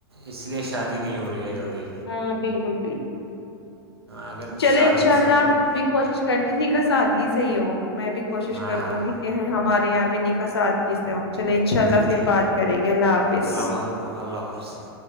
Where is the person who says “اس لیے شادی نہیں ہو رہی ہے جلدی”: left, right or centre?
Right